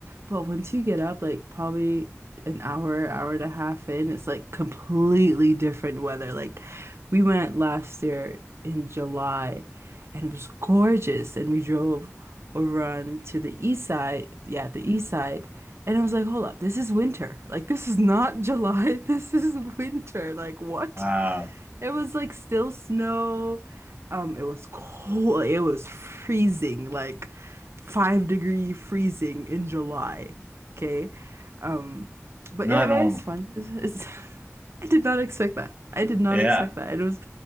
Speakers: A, on the right (about 55°); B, on the right (about 30°).
A: But once you get up, like probably an hour, hour and a half in, it's like completely different weather. Like we went last year in July and it was gorgeous. And we drove over on to the east side. Yeah, the east side. And I was like, hold up, this is winter. Like this is not July. <laughs> This is winter. Like what?
B: Wow.
A: It was like still snow. Um, it was cold. It was freezing, like five degree freezing in July. Okay. Um, but
B: Not
A: yeah, but
B: normal.
A: it's fun. It's, it's <laughs> I did not expect that. I did not
B: Yeah.
A: expect that. It was